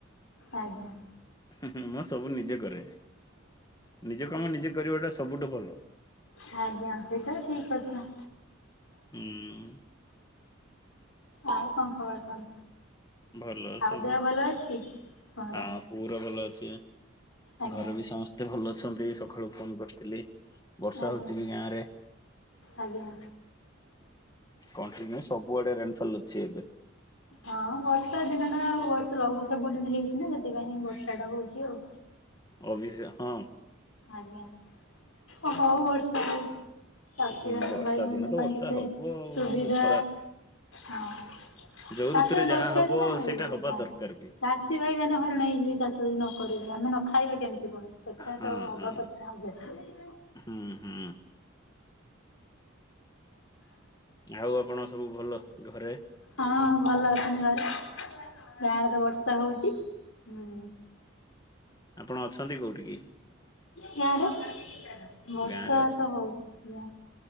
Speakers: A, on the left; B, on the left.
A: ଆଜ୍ଞା।
B: ହୁଁ ହୁଁ ମୁଁ ସବୁ ନିଜେ କରେ। ନିଜ କାମ ନିଜେ କରିବା ଟା ସବୁଠୁ ଭଲ।
A: ଆଆଜ୍ଞା ସେଇଟା ତ ଠିକ୍ କଥା।
B: ଉଁ।
A: ଆଉ କଣ ଖବର କଣ?
B: ଭଲ
A: ଆଉ
B: ସବୁ।
A: ଦେହ ଭଲ ଅଛି? ତମର
B: ହଁ ପୁରା ଭଲ ଅଛି।
A: ଆଜ୍ଞା
B: ଘରେ ବି ସମସ୍ତେ ଭଲ ଅଛନ୍ତି ସକାଳୁ ଫୋନ କରିଥିଲି। ବର୍ଷା
A: ଆଜ୍ଞା
B: ହଉଚି ବି ଗାଁରେ।
A: ଆଜ୍ଞା।
B: କଣ୍ଟିନିଉ ସବୁଆଡେ ରେନଫଲ୍ ଅଛି ଏବେ।
A: ହଁ ବର୍ଷା ଦିନ ଟା ଆଉ। ଏ ବର୍ଷ ଲଘୁଚାପ ଯେମିତି ହେଇଛି ନା ସେଥିପାଇଁ ହିଁ ବର୍ଷା ଟା ହଉଛି ଆଉ।
B: ଅଫିସରେ ହଁ।
A: ଆଜ୍ଞା। ଓ ହଉ ବର୍ଷା ହଉଚି। ଚାଷୀ
B: ହୁଁ
A: ଭାଇ
B: ବର୍ଷା
A: ମାନେ ଆମ
B: ଦିନ ତ
A: ପାଇଁ
B: ବର୍ଷା
A: କେତେ
B: ହବ ଆଉ
A: ସୁବିଧା
B: ଖରା
A: ଚାଷ
B: ଯୋଉ ଋତୁରେ
A: ତ
B: ଯାହା
A: ଦରକାର
B: ହବ
A: ନା। <unintelligible>
B: ସେଇଟା ହବା ଦରକାର ବି।
A: ଚାଷୀ ଭାଇ ମାନେ ହଇରାଣ ହେଇଯିବେ ଚାଷ ଯଦି ନ କରିବେ ଆମେ ନ ଖାଇବା କେମିତି ପୁଣି। ସେଇଟା
B: ହଁ
A: ତ ହବା
B: ହଁ
A: କଥା ଅବିଓସଲି।
B: ହୁଁ ହୁଁ। ଆଉ ଆପଣ ଙ୍କର ସବୁ ଭଲ ଘରେ?
A: ହଁ ଭଲ ଅଛନ୍ତି ଘରେ। ଗାଁରେ ତ ବର୍ଷା ହଉଚି। ହୁଁ।
B: ଆପଣ ଅଛନ୍ତି କୋଉଠିି କି?
A: ଗାଁ ରେ ବର୍ଷା
B: ଗାଁ ରେ ଅଛନ୍ତି?
A: ତ ହଉଚି। ଆଜ୍ଞା।